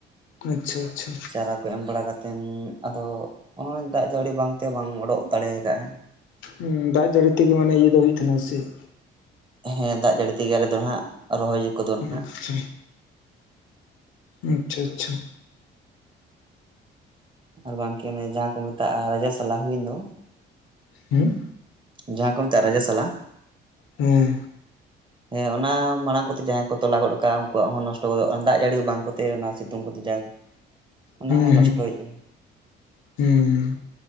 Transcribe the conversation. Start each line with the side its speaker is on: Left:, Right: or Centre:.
Left: ᱟᱪᱪᱷᱟ ᱪᱷᱟ
Right: ᱪᱟᱨᱟ ᱠᱚ ᱮᱢ ᱵᱟᱲᱟ ᱠᱟᱛᱮᱱ ᱟᱫᱚ ᱱᱚᱜᱼᱚᱭ ᱫᱟᱜ ᱡᱟᱹᱲᱤ ᱵᱟᱝ ᱛᱮ ᱵᱟᱝ ᱚᱰᱚᱜ ᱫᱟᱲᱮ ᱟᱠᱟᱜᱼᱟᱭ
Left: ᱦᱩᱸ ᱫᱟᱜ ᱡᱟᱹᱲᱤ ᱛᱮᱜᱮ ᱢᱟᱱᱮ ᱤᱭᱟᱹ ᱫᱚ ᱦᱩᱭᱩᱜ ᱛᱟᱦᱮᱱᱟ ᱥᱮ ᱪᱮᱫ?
Right: ᱦᱮᱸ ᱫᱟᱜ ᱡᱟᱹᱲᱤ ᱛᱮᱜᱮ ᱟᱞᱮ ᱫᱚ ᱱᱟᱦᱟᱸᱜ ᱨᱚᱦᱚᱭ ᱠᱚᱫᱚ ᱱᱟᱦᱟᱸᱜ,
Left: ᱟᱪᱪᱷᱟ ᱟᱪᱪᱷᱟ ᱟᱪᱪᱷᱟ
Right: ᱟᱨ ᱵᱟᱝᱠᱮ ᱚᱱᱮ ᱡᱟᱦᱟᱸ ᱠᱚ ᱢᱮᱛᱟᱜ-ᱟ ᱨᱟᱡᱟ ᱥᱟᱞᱟ ᱦᱩᱭ ᱮᱱ ᱫᱚ,
Left: ᱦᱩᱸ
Right: ᱡᱟᱦᱟᱸ ᱠᱚ ᱢᱮᱛᱟᱜ-ᱟ ᱨᱟᱡᱟ ᱥᱟᱞᱟ
Left: ᱦᱮᱸ
Right: <inaudible> ᱦᱮᱸ ᱚᱱᱟ ᱢᱟᱲᱟᱝ ᱠᱚᱛᱮ ᱡᱟᱦᱟᱸᱭ ᱠᱚ ᱛᱚᱞᱟ ᱜᱚᱫ ᱠᱟᱜᱼᱟ ᱩᱱᱠᱩᱣᱟᱜ ᱦᱚᱸ ᱱᱚᱥᱴᱚ ᱜᱚᱫᱜᱼᱟ ᱡᱟᱹᱲᱤ ᱵᱟᱝ ᱠᱚᱛᱮ ᱚᱱᱟ ᱥᱤᱛᱩᱝ ᱠᱚᱛᱮ ᱡᱟ ᱚᱱᱟ
Left: ᱦᱩᱸ
Right: ᱦᱚᱸ ᱱᱚᱥᱴᱚᱭᱮᱜᱼᱟ,
Left: ᱦᱩᱸ